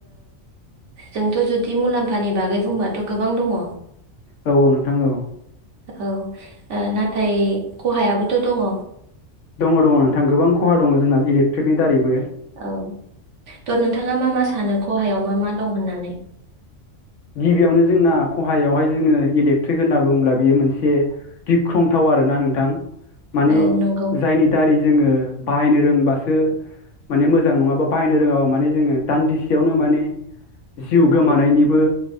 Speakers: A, on the right; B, on the left.
A: जोंथ' जुदि मुलाम्फानि बागै बुंबाथ' गोबां दङ
B: औ औ नोंथां औ
A: औ नाथाय खहायाबोथ' दङ
B: दङ दङ नोंथां गोबां खहा दङ जोंना इलेक्ट्रिकनि दारैबो
A: औ थ' नोंथाङा मा मा सानो खहायाव मा मा दं होननानै
B: गिबियावनो जोंना खहायावहाय जोङो इलेक्ट्रिक होनना बुङोब्ला बियो मोनसे गिख्रंथाव आरोना नोंथां माने
A: औ नंगौ
B: जायनि दारै जोङो बाहायनो रोंबासो माने मोजां नङाबा बाहायनो रोङाबा माने जोङो दान्दिसेयावनो माने जिउ गोमानायनिबो